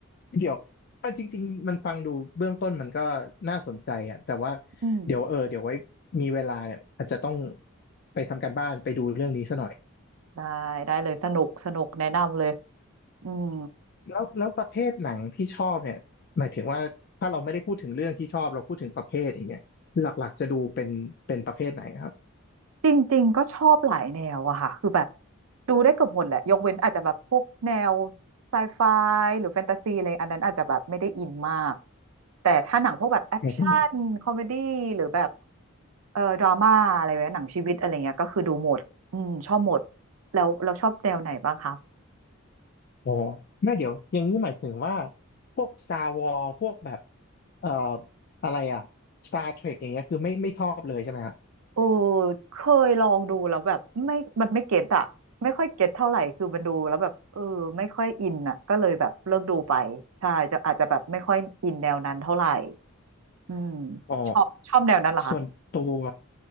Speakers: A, on the left; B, on the right.
A: เดี๋ยวอ่ะจริงๆมันฟังดูเบื้องต้นมันก็น่าสนใจอ่ะแต่ว่า
B: อืม
A: เดี๋ยวเออเดี๋ยวไว้มีเวลาเนี่ยอาจจะต้องไปทำการบ้านไปดูเรื่องนี้ซะหน่อย
B: ได้ได้เลยสนุกสนุกแนะนำเลยอืม
A: แล้วแล้วประเภทหนังที่ชอบเนี่ยหมายถึงว่าถ้าเราไม่ได้พูดถึงเรื่องที่ชอบเราพูดถึงประเภทอย่างเงี้ยหลักๆจะดูเป็นเป็นประเภทไหนครับ
B: จริงๆ ก็ชอบหลายแนวอะค่ะ คือแบบดูได้เกือบหมดแหละ ยกเว้นอาจจะแบบพวกแนวไซไฟหรือแฟนตาซีอะไรอันนั้นอาจจะแบบไม่ได้อินมาก แต่ถ้าหนังพวกแบบแอคชั่นคอมเมดี้หรือแบบ
A: หมายถึง
B: เอ่อดราม่าอะไรแบบหนังชีวิตอะไรเงี้ยก็คือดูหมด อืมชอบหมด แล้วเราชอบแนวไหนบ้างคะ
A: อ๋อไม่เดี๋ยวอย่างนี้หมายถึงว่าพวกซาวอพวกแบบเอ่ออะไรอะซาเทร k อย่างเงี้ยคือไม่ไม่ชอบเลยใช่ไหมฮะ
B: โอ้เคยลองดูแล้วแบบไม่มันไม่เก็ตอะไม่ค่อยเก็ตเท่าไหร่คือมันดูแล้วแบบเออไม่ค่อยอินอะก็เลยแบบเลิกดูไปใช่จะอาจจะแบบไม่ค่อยอินแนวนั้นเท่าไหร่ อืม
A: อ๋อ
B: ชอบชอบแนวนั้นเหรอคะ
A: ส่วนตัว